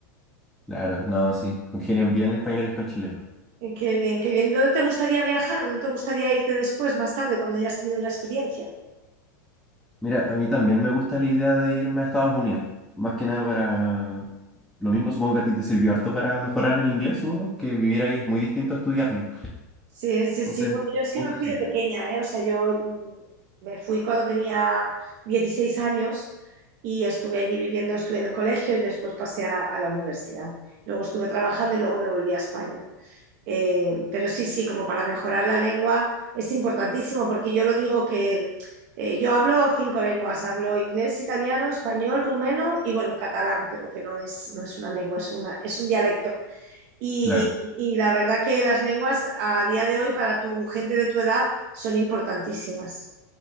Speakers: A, in the centre; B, on the right (about 50°).
A: claro, no, sí, congenian bien españoles con chilenos.
B: Eh, Qué bien, qué bien. ¿Dónde te gustaría viajar? ¿Dónde te gustaría irte después, más tarde, cuando hayas tenido una experiencia?
A: Mira, a mí también me gusta la idea de irme a Estados Unidos, más que nada para lo mismo, supongo que a ti te sirvió harto para mejorar el inglés, supongo que vivir ahí es muy distinto a estudiarlo.
B: Sí, sí, sí.
A: Entonces,
B: Bueno,
A: me
B: yo es que
A: gusta
B: me fui
A: esa
B: de
A: idea.
B: pequeña, ¿eh? O sea, yo mm, me fui cuando tenía 16 años y estuve allí viviendo, estuve en el colegio y después pasé a, a la universidad. Luego estuve trabajando y luego me volví a España. Eh, pero sí, sí, como para mejorar la lengua es importantísimo porque yo lo digo que eh, yo hablo cinco lenguas, hablo inglés, italiano, español, rumeno y bueno, catalán, pero que no es, no es una lengua, es una, es un dialecto. Y,
A: Claro,
B: y la verdad que las lenguas a día de hoy para tu gente de tu edad son importantísimas.